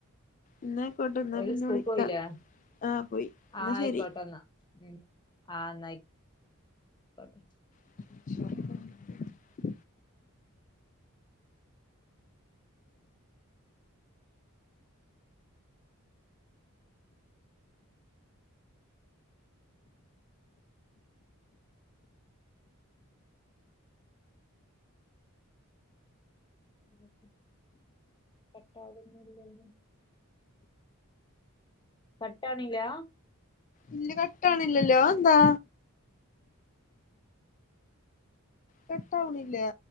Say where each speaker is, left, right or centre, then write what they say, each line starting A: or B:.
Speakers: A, on the left; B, on the left.
A: ഇന്നയിക്കോട്ടെ ന്ന
B: ഓല്
A: പിന്നെ
B: സ്കൂൾക്ക്
A: വിളിക്കാ
B: പോയില്ലേ
A: ആഹ് പോയി
B: ആഹ്
A: ന്നശരി.
B: ആയിക്കോട്ടെ എന്നാ ഉം ആഹ് ന്നായിക്കൊട്ടേ
A: <unintelligible>
B: <unintelligible> തെറ്റായിതൊന്നുല്ലല്ലോ. പട്ടാണീല
A: ഇല്ല് കട്ടാണില്ലല്ലോ അത് എന്താ? കട്ടാവണില്ല.